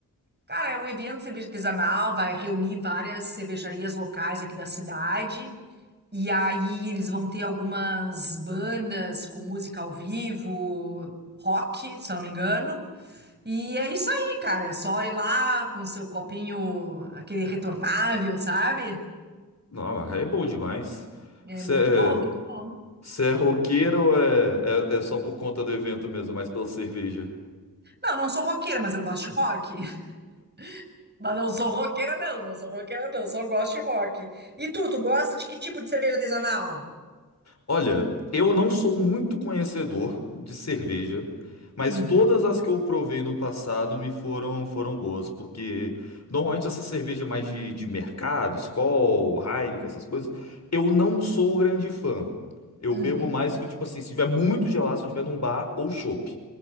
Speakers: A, on the right (about 30°); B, on the left (about 45°).
A: Cara, é um evento de cerveja artesanal, vai reunir várias cervejarias locais aqui da cidade. E aí eles vão ter algumas bandas com música ao vivo, rock, se eu não me engano. E é isso aí, cara. É só ir lá com seu copinho, aquele retornável, sabe?
B: Não, mas é bom demais.
A: É
B: Você
A: muito bom, muito
B: é,
A: bom.
B: você é roqueira ou é, é, é só por conta do evento mesmo, mais pela cerveja?
A: Não, não sou roqueira, mas eu gosto de rock. <laughs> Mas não sou roqueira, não. Não sou roqueira, não. Só gosto de rock. E tu, tu gosta de que tipo de cerveja artesanal?
B: Olha, eu não sou muito conhecedor de cerveja, mas
A: Uhum,
B: todas as que eu provei no passado me foram foram boas, porque normalmente essa cerveja mais de, de mercado, Skol, Heineken, essas coisas, eu não sou grande fã. Eu
A: uhum.
B: bebo mais que, tipo assim, se tiver muito gelado, se eu tiver num bar ou chopp.